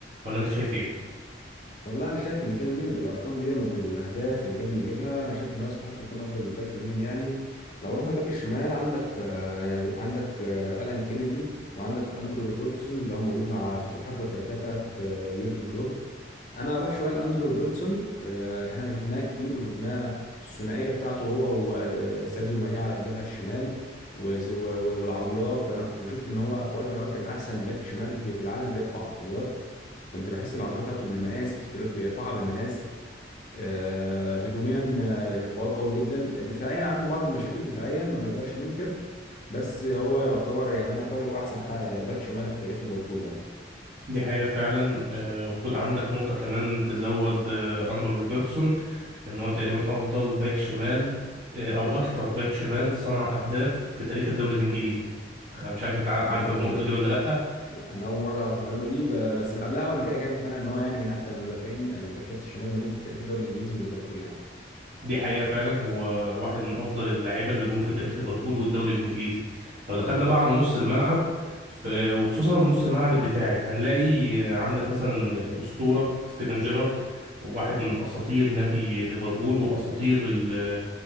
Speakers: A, on the right; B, on the left.
A: ولا أنت شايف إيه؟
B: والله انا شايف ان فيل نيل بالارقام دي وبالاهداف اللي كان بيجيبها انا شايف ان هو يستحق يكون افضل باك يمين يعني لو رحنا الباك الشمال عندك آه، عندك آه، الان كينيدي وعندك اندرو روبرتسون اللي هو موجود مع في في الحقبه التاريخيه بتاعت آه، يورجن كلوب انا اروح شويه لاندرو روبرتسون آه، احنا شفناه كتير وشفناه الثنائيه بتاعته هو وساديو ماني على الجبهه الشمال وز- و- و- والعرضيات انا كنت بشوف ان هو في وقت من الاوقات كان احسن باك شمال بي- في العالم بيرفع عرضيات كنت بحس العرضيه بتاعته بالمقاس بتترف بيرفعها بالمقاس آه، هجوميا آه، قوي قوي جدا دفاعيا عنده بعض المشاكل دفاعيا ما نقدرش ننكر بس هو يعتبر يعني انا في رايي هو احسن ح- باك شمال في تاريخ ليفربول يعني
A: دي حقيقة فعلا آه، خد عندك نقطة كمان تزود آه، أندرو روبرتسون إن هو تقريبا أفضل باك شمال آه، أو أكتر باك شمال صنع أهداف في تاريخ الدوري الإنجليزي أنا مش عارف أنت عارف
B: يا نهار
A: النقطة
B: ازرق
A: دي ولا لأ
B: انا اول مره اعرف المعلومه دي ب- بس من قبلها وانا كده كده مقتنع ان هو يعني من احسن المدافعين الباكات الشمال اللي جم في تاريخ الدوري الانجليزي وليفربول يعني
A: دي حقيقة فعلا هو واحد من أفضل اللاعيبة اللي جم في تاريخ ليفربول والدوري الإنجليزي لو دخلنا بقى على نص الملعب ف... وخصوصا نص الملعب الدفاعي هنلاقي عندك مثلا الأسطورة ستيفن جيرارد واحد من أساطير نادي ليفربول وأساطير ال...